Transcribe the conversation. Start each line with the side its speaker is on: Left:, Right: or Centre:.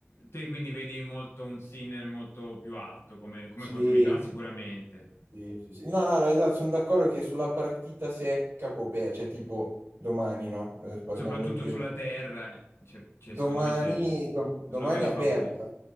Left: te quindi vedi molto un Sinner molto più alto come, come
Right: sì,
Left: continuità, sicuramente.
Right: sì, sì, sì. No, no, no, esatto, sono d'accordo che sulla partita secca Popea, cioè tipo domani, no? Eh, Parliamo
Left: Soprattutto
Right: del presente.
Left: sulla terra, eh, c'è- c'è-
Right: Domani,
Left: secondo me c'è-
Right: dom- domani
Left: lo vedo
Right: è aperta.
Left: favorito.